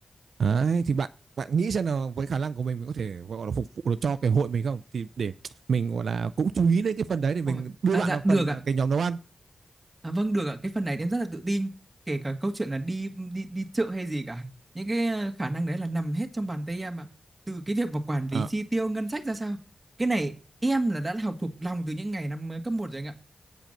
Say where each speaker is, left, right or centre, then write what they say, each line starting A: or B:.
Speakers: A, on the right; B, on the right.
A: Đấy, thì bạn bạn nghĩ xem là với khả năng của mình mình có thể gọi là phục vụ được cho cái hội mình không thì để mình gọi là cũng chú ý đến cái phần đấy để mình
B: Ôi,
A: đưa
B: à
A: bạn
B: dạ
A: vào
B: được
A: phần ờ,
B: ạ.
A: cái nhóm nấu ăn
B: À vâng được ạ. Cái phần này em rất là tự tin, kể cả câu chuyện là đi đi đi chợ hay gì cả. Những cái ờ, khả năng đấy là nằm hết trong bàn tay em ạ. Từ cái việc mà quản lý
A: à,
B: chi tiêu ngân sách ra sao. Cái này em là đã học thuộc lòng từ những ngày năm ờ, cấp một rồi anh ạ.